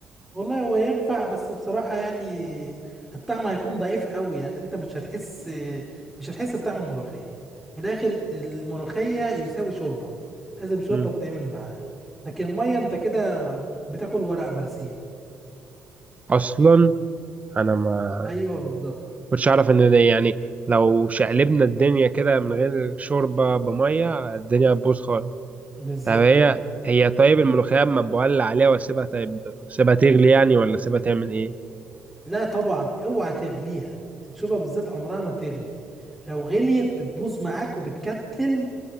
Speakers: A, in the centre; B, on the right.
A: والله هو ينفع بس بصراحة يعني الطعم هيكون ضعيف قوي يعني انت مش هتحس مش هتحس بطعم الملوخية من الآخر الملوخية يساوي شوربة لازم شوربة
B: مم.
A: تتعمل معاه لكن مية انت كده بتاكل ورق برسيم
B: اصلا انا ما
A: ايوه بالظبط
B: كنتش اعرف ان ده يعني لو شقلبنا الدنيا كده من غير شوربة بمية الدنيا هتبوظ خالص
A: بالظبط
B: طب هي
A: كده
B: هي طيب الملوخية اما بولع عليها واسيبها طيب سيبها تغلي يعني ولا سيبها تعمل ايه
A: لا طبعا اوعى تغليها الشوربة بالذات عمرها ما تغلي لو غليت بتبوظ معاك وبتكتل